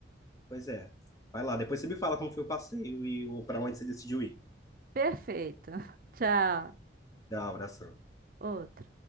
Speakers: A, on the left; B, on the right.
A: pois é. Vai lá, depois você me fala como foi o passeio e o para onde você decidiu ir.
B: Perfeito. <laughs> Tchau.
A: Tchau, abração.
B: Outro.